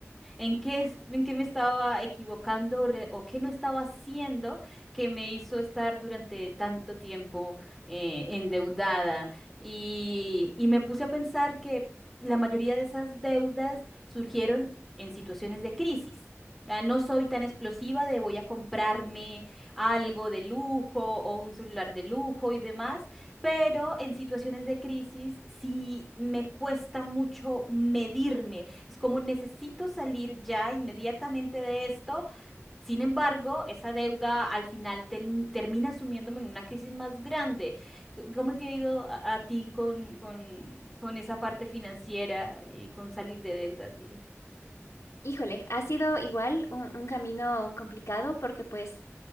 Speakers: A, in the centre; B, on the left (about 75°).
A: ¿En qué, es- en qué me estaba equivocando o, re- o qué no estaba haciendo que me hizo estar durante tanto tiempo eh, endeudada? Y, y me puse a pensar que la mayoría de esas deudas surgieron en situaciones de crisis. O sea, no soy tan explosiva de voy a comprarme algo de lujo o un celular de lujo y demás, pero en situaciones de crisis sí me cuesta mucho medirme es como necesito salir ya inmediatamente de esto. Sin embargo, esa deuda al final tel- termina sumiéndome en una crisis más grande. C- ¿Cómo te ha ido a, a ti con, con, con esa parte financiera y con salir de deudas, Viri?
B: Híjole, ha sido igual un, un camino complicado porque pues